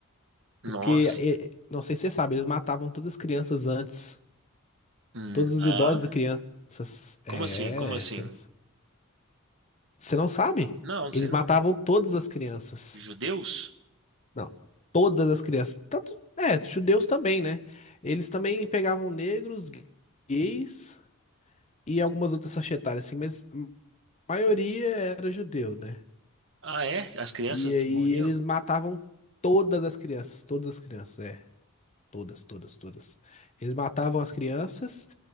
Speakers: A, on the right; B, on the left.
A: Nossa.
B: Porque, eh, não sei se você sabe, eles matavam todas as crianças antes.
A: Hum,
B: Todos os
A: ah?
B: idosos e crianças.
A: Como
B: É,
A: assim? Como assim?
B: você não. Você não sabe?
A: Não, não
B: Eles
A: sei não.
B: matavam todas as crianças.
A: Judeus?
B: Não, todas as crianças. Tanto, é, judeus também, né? Eles também pegavam negros, gays e algumas outras faixa etária, assim, mas a maioria era judeu, né?
A: Ah, é? As crianças
B: E aí
A: morriam?
B: eles matavam todas as crianças, todas as crianças, é. Todas, todas, todas. Eles matavam as crianças